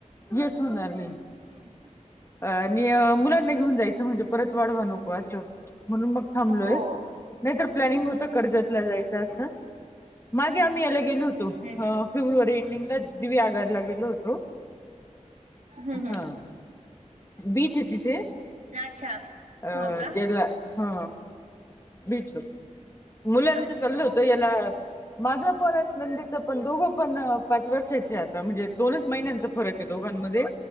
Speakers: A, on the left; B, on the right.
A: येच होणार नाय.
B: <inaudible>
A: आणि अ मुलांना घेऊन जायचं म्हणजे परत वाढवा <unintelligible> उपवास म्हणून मग थांबलोय.
B: हो हम्म
A: नाहीतर प्लॅनिंग होतं कर्जतला जायचं असं मागे आम्ही याला गेलो होतो. अ
B: हम्म
A: फेब्रुवारी एंडिंगला दिवेआगारला गेलो होतो.
B: हमं हमं
A: हा
B: हमं.
A: बीच आहे तिथे.
B: अच्छा
A: अ
B: हो का
A: हा बीच आहे मुलांचं
B: अच्छा
A: चाललं होत याला माझं पण आणि नंदेच पण दोघं पण पाच वर्षाचे आता. म्हणजे दोनच महिन्यांच फरक हे दोघांनामध्ये